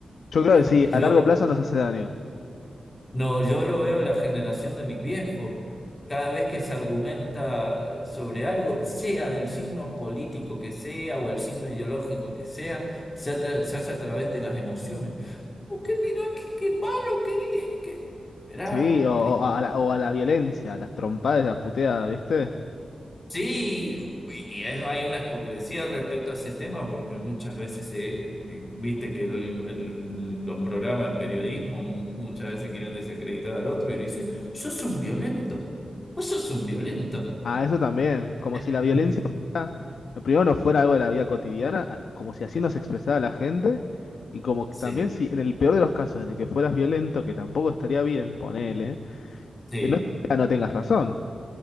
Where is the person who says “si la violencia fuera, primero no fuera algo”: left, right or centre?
Left